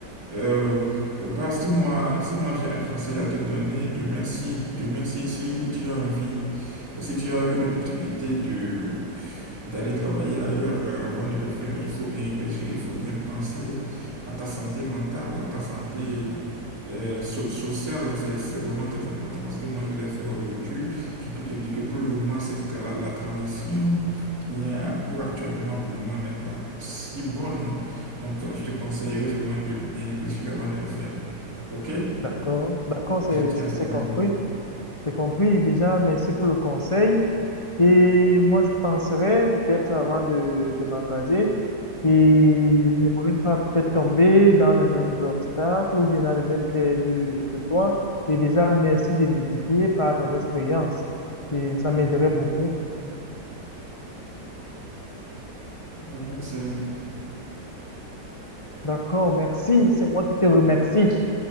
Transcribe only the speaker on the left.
D'accord, d'accord,
c'est
c'est-
c'est compris,
c'est compris déjà, merci pour le conseil. Et moi, je penserais peut-être avant de, de m'engager, et je n'aimerais pas peut-être tomber dans les mêmes obstacles ou bien dans les mêmes pièges que toi. Et déjà, merci de m'édifier par ton expérience. Et ça m'aiderait beaucoup.
D'accord, merci. C'est moi qui te remercie.